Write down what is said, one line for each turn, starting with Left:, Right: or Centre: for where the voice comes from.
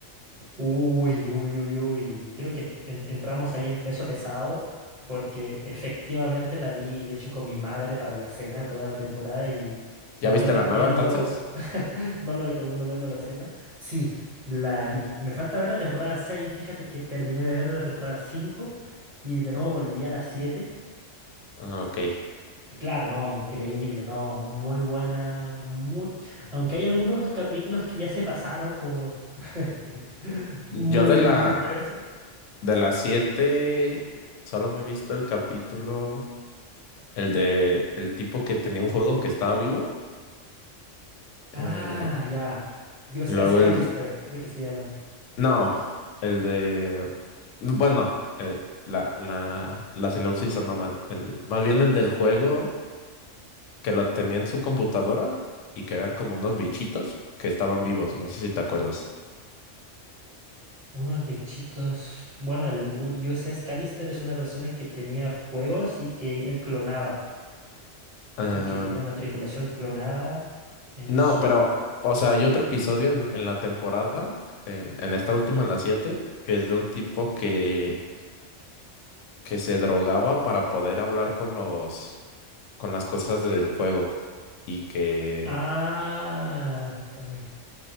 Right: Uy, uy, uy, uy. Creo que est- en- entramos ahí en peso pesado porque efectivamente la vi, de hecho, con mi madre para la cena toda la temporada y
Left: ¿Ya
Right: no
Left: viste
Right: le recomiendo,
Left: la nueva entonces?
Right: <laughs> no le recomiendo verlo a la cena. Sí, la vi. Me falta ver la temporada 6. Fíjate que terminé de ver la temporada 5 y de nuevo volví a la 7
Left: Ah, ok.
Right: y claro, no, increíble, no, muy buena, much- aunque hay algunos capítulos que ya se pasaron como <laughs> muy,
Left: Yo de la
Right: muy densos.
Left: de las siete solo me he visto el capítulo, el de el tipo que tenía un juego que estaba vivo. eh,
Right: Ah, ya, USS
Left: luego
Right: Callister,
Left: el de-
Right: creo que se llama.
Left: no, el de bueno, eh, la, la, la sinopsis anda mal. El, más bien el del juego que lo tenía en su computadora y que eran como unos bichitos que estaban vivos. No sé si te acuerdas.
Right: Unos bichitos, bueno, el U- USS Callister es una persona que tenía juegos y que él clonaba
Left: Em,
Right: y que tenía una tripulación clonada en
Left: No,
Right: su...
Left: pero, o sea, hay otro episodio en, en la temporada, en, en esta última, en la 7, que es de un tipo que, que se drogaba para poder hablar con los, con las cosas del juego. Y que,
Right: Ah, eh,